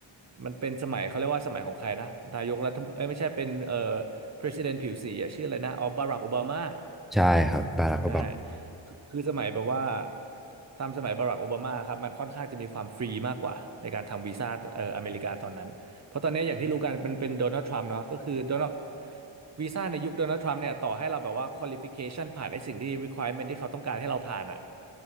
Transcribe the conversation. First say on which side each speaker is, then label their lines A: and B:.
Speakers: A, on the right; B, in the centre.
A: มันเป็นสมัยเขาเรียกว่าสมัยของใครนะนายกรัฐมเอ้ยไม่ใช่เป็นเอ่อ president ผิวสีอ่ะชื่ออะไรนะออบารักโอบามา
B: ใช่ครับบารักโอบามา
A: ใช่คือคือสมัยแบบว่าทำสมัยบารักโอบามาครับมันค่อนข้างจะมีความฟรีมากกว่าในการทำวีซ่าเอ่ออเมริกาตอนนั้น เพราะตอนนี้อย่างที่รู้กันเป็นเป็นโดนัลด์ทรัมป์เนาะก็คือโดนัลด์วีซ่าในยุคโดนัลด์ทรัมป์เนี่ยต่อให้เราแบบว่าควอลิฟิเคชันผ่านไอ้สิ่งที่ requirement ที่เขาต้องการให้เราผ่านอะ